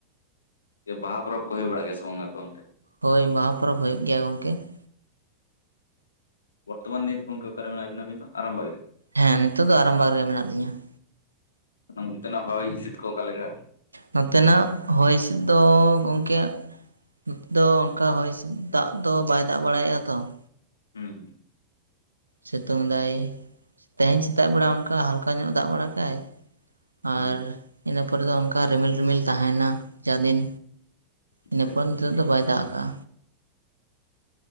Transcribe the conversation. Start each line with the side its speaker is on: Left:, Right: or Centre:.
Left: ᱡᱮ ᱵᱟᱦᱟ ᱯᱚᱨᱚᱵᱽ ᱠᱚ ᱦᱳᱭ ᱵᱟᱲᱟᱜ ᱜᱮᱭᱟ ᱥᱮ ᱵᱟᱝᱟ ᱟᱯᱮ ᱚᱱᱛᱮ?
Right: ᱦᱳᱭ ᱵᱟᱦᱟ ᱯᱚᱨᱚᱵᱽ ᱦᱩᱭᱩᱜ ᱜᱮᱭᱟ ᱜᱚᱝᱠᱮ ᱾
Left: ᱵᱚᱨᱛᱚᱢᱟᱱ ᱱᱤᱛ ᱜᱚᱝᱠᱮ ᱚᱠᱟ ᱨᱮ ᱢᱮᱱᱟᱜ ᱵᱤᱱᱟ ᱟᱹᱵᱤᱱ ᱫᱚ ᱟᱨᱟᱢ ᱵᱟᱣᱤ‌ ᱨᱮ ᱾
Right: ᱦᱮᱸ ᱱᱤᱛᱚᱜ ᱫᱚ ᱟᱨᱟᱢ ᱵᱟᱨ ᱨᱮᱜᱮ ᱢᱮᱱᱟᱜ ᱞᱤᱧᱟ ᱾
Left: ᱚᱱᱛᱮᱱᱟᱜ ᱦᱚᱭ ᱦᱤᱥᱤᱫ ᱠᱚ ᱚᱠᱟ‌ ᱠᱮᱠᱟ‌?
Right: ᱱᱚᱛᱮ ᱱᱟᱜ ᱦᱚᱭ ᱦᱤᱸᱥᱤᱫ ᱫᱚ ᱜᱚᱝᱠᱮ ᱱᱚᱛᱮ ᱫᱚ ᱚᱱᱠᱟ ᱦᱚᱭ ᱦᱤᱥᱤᱫ ᱫᱟᱜ ᱫᱚ ᱵᱟᱭ ᱫᱟᱜ ᱵᱟᱲᱟᱭᱮᱜ-ᱟ ᱛᱚ ᱾
Left: ᱦᱩᱸ ᱦᱩᱸ᱾
Right: ᱥᱤᱛᱩᱝ ᱫᱟᱭ ᱛᱮᱦᱮᱧ ᱥᱮᱛᱟᱜ ᱵᱮᱲᱟ ᱚᱱᱠᱟ ᱦᱟᱞᱠᱟ ᱧᱚᱜ ᱫᱟᱜ ᱵᱟᱲᱟ ᱠᱮᱜ-ᱟᱭ᱾
Left: ᱦᱩᱸ
Right: ᱟᱨ ᱤᱱᱟᱹ ᱯᱚᱨᱮ ᱫᱚ ᱚᱱᱠᱟ ᱨᱤᱢᱤᱞ ᱨᱤᱢᱤᱞ ᱛᱟᱦᱮᱸ ᱱᱟ ᱡᱟ ᱫᱤᱱ᱾
Left: ᱟᱪᱪᱷᱟ
Right: ᱤᱱᱟᱹ ᱯᱚᱨ
Left: ᱟᱪᱪᱷᱟ
Right: ᱱᱤᱛᱚᱜ ᱫᱚ ᱵᱟᱭ ᱫᱟᱜ ᱟᱠᱟᱜ-ᱟ᱾